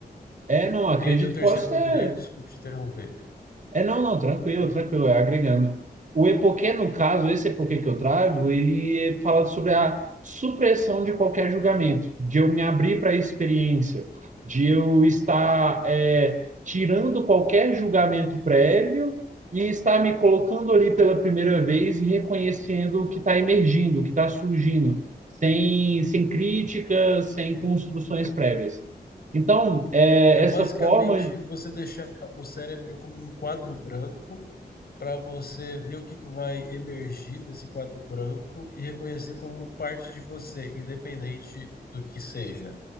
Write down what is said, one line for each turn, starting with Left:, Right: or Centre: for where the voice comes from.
Right: É, não, acredito,
Left: E aí, o terceiro
Right: pode ser.
Left: do grego, desculpe te interromper.
Right: É, não, não, tranquilo, tranquilo, é agregando. O epoquê, no caso, esse epoquê que eu trago, ele fala sobre a supressão de qualquer julgamento, de eu me abrir para a experiência, de eu estar é, tirando qualquer julgamento prévio e estar me colocando ali pela primeira vez e reconhecendo o que está emergindo, o que está surgindo, sem, sem críticas, sem construções prévias. Então, é,
Left: É
Right: essa
Left: basicamente
Right: forma,
Left: você deixar o cérebro como um quadro branco para você ver o que que vai emergir nesse quadro branco e reconhecer como parte de você, independente do que seja.